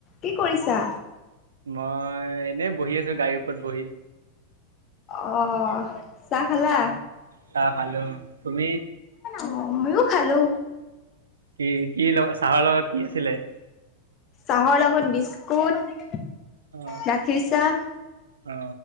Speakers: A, on the left (about 35°); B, on the right (about 70°).
A: কি কৰিছা?
B: মই এনেই বহি আছো গাড়ীৰ ওপৰত বহি।
A: অহ চাহ খালা?
B: চাহ খালো, তুমি?
A: অ ময়ো খালো।
B: কি কি লগ চাহৰ লগত কি আছিলে?
A: চাহৰ লগত বিস্কুট
B: অ
A: গাখীৰ চাহ।
B: অ